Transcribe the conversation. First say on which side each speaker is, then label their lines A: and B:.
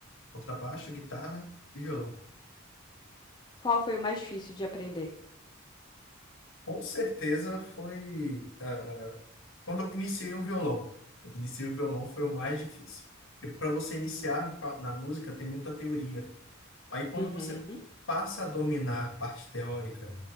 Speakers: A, on the left (about 65°); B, on the left (about 20°).
A: Contrabaixo, guitarra e violão.
B: Qual foi o mais difícil de aprender?
A: Com certeza foi. ah, ah, quando eu iniciei o violão. Eu Iniciei o violão foi o mais difícil. Porque para você iniciar pa- na música tem muita teoria. Aí quando
B: Uhum.
A: você passa a dominar a parte teórica